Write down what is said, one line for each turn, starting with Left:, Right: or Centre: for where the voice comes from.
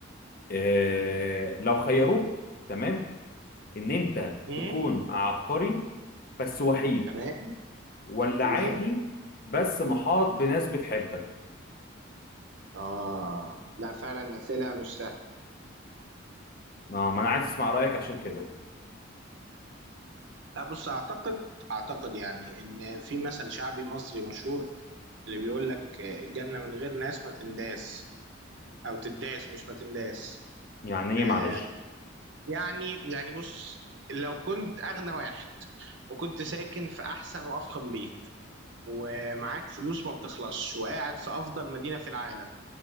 Left: آه، لو خيروك تمام ان انت
Right: امم
Left: تكون عبقري بس وحيد
Right: تمام
Left: ولا
Right: تمام
Left: عادي بس محاط بناس بتحبك
Right: اه لا فعلا اسئله مش سهله
Left: اه ما انا عايز اسمع رايك عشان كده
Right: لا بص اعتقد اعتقد يعني ان في مثل شعبي مصري مشهور اللي بيقول لك آه، الجنه من غير ناس ما تنداس او تداس مش ما تنداس
Left: يعني ايه
Right: آه
Left: معلش
Right: يعني يعني بص لو كنت اغنى واحد وكنت ساكن في احسن وافخم بيت ومعاك فلوس ما بتخلصش وقاعد في افضل مدينة في العالم